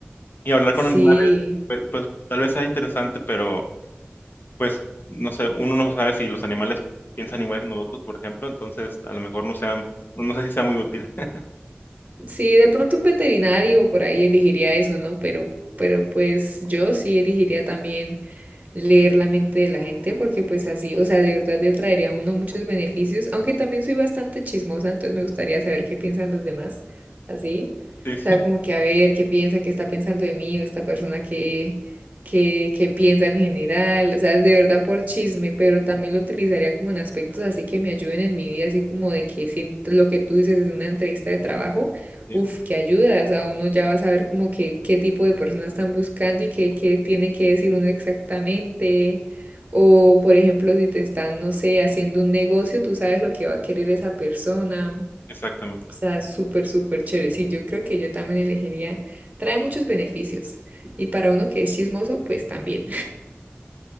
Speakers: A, on the left; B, on the right.
A: Y hablar
B: Sí.
A: con animales, pues, pues, tal vez sea interesante, pero pues no sé, uno no sabe si los animales piensan igual que nosotros, por ejemplo, entonces a lo mejor no sea, no sé si sea muy útil. <laughs>
B: Sí, de pronto un veterinario por ahí elegiría eso, ¿no? Pero, pero pues yo sí elegiría también leer la mente de la gente, porque pues así, o sea, de verdad le traería a uno muchos beneficios, aunque también soy bastante chismosa, entonces me gustaría saber qué piensan los demás, así,
A: Sí, sí,
B: o sea, como que a ver qué piensa, qué está pensando de mí, o esta persona qué qué qué piensa en general, o sea, es de verdad por chisme, pero también lo utilizaría como en aspectos así que me ayuden en mi vida, así como de que si lo que tú dices es una entrevista de trabajo,
A: sí,
B: Uf, qué ayuda, o sea, uno ya va a saber como que qué tipo de personas están buscando y qué, qué tiene que decir uno exactamente. O, por ejemplo, si te están, no sé, haciendo un negocio, tú sabes lo que va a querer esa persona.
A: exactamente.
B: O sea, súper, súper chévere. Sí, yo creo que yo también elegiría. Trae muchos beneficios. Y para uno que es chismoso, pues también.